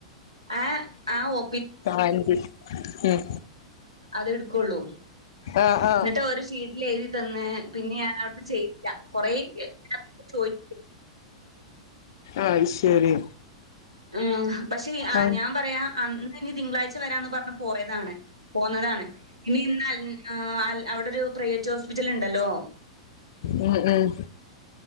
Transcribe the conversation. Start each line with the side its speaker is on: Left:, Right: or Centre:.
Right: ഏ ആ ഓ
Left: <inaudible> ഉം
Right: അതെ എടുക്കുള്ളൂ
Left: ആഹ് ആഹ്
Right: എന്നിട്ട് ഓര് ശീട്ടിൽ എഴുതി തന്ന് പിന്നെ ഞനവിടെ ചെയ്തില കൊറേ ചോദി
Left: ആഹ് ശരി
Right: ഉം പശെ
Left: ആഹ്
Right: ഞാൻപറയാ അം മ് ഇനി തിങ്കളാഴ്ച വരാന്ന് പറഞ്ഞ പോയതാണ് പോന്നതാണ് ഇനി ഇന്ന് അവിടെ ഒരു പ്രൈവറ്റ് ഹോസ്പിറ്റൽ ഉണ്ടല്ലോ
Left: ഉം ഉം